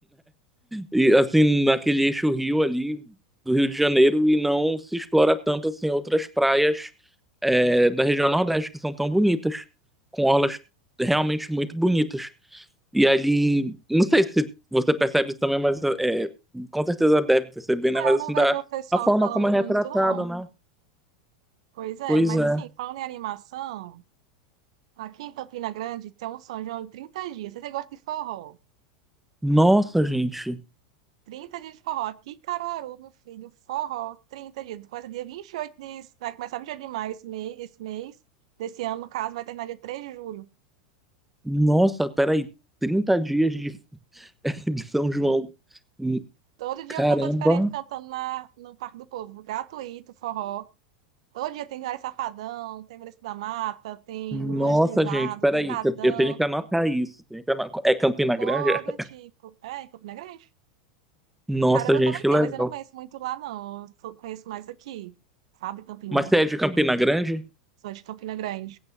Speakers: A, in the centre; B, on the right (about 60°).
A: e assim, naquele eixo rio ali do Rio de Janeiro, e não se explora tanto assim outras praias é, da região Nordeste que são tão bonitas, com orlas realmente muito bonitas. E ali, não sei se você percebe isso também, mas é, com certeza deve perceber, né?
B: É,
A: Mas
B: eu não
A: assim,
B: vejo
A: da,
B: o pessoal
A: a forma
B: falando
A: como é retratado,
B: muito, não.
A: né?
B: Pois é,
A: Pois
B: mas
A: é.
B: assim, falando em animação, aqui em Campina Grande tem um São João de 30 dias. Se você gosta de forró,
A: Nossa, gente.
B: 30 dias de forró. Aqui em Caruaru, meu filho, forró, 30 dias. Começa dia 28 de... Vai começar 28 de maio esse mês, esse mês. Desse ano, no caso, vai terminar dia 3 de julho.
A: Nossa, peraí, 30 dias de, <laughs> de São João. Hum,
B: Todo dia
A: Caramba.
B: um cantor diferente cantando na, no Parque do Povo, gratuito, forró. Todo dia tem Gary Safadão, tem Vanessa da Mata, tem
A: Nossa,
B: Luan Estilizado,
A: gente, peraí,
B: tem Natan,
A: eu eu tenho que anotar isso. tenho que ano- É Campina
B: todo
A: Grande? <laughs>
B: tipo. É, em Campina Grande.
A: Nossa,
B: Caruaru
A: gente,
B: também
A: que
B: tem,
A: legal.
B: mas eu não conheço muito lá, não. Eu só conheço mais aqui, sabe, Campina?
A: Mas você é de Campina Grande?
B: Sou de Campina Grande.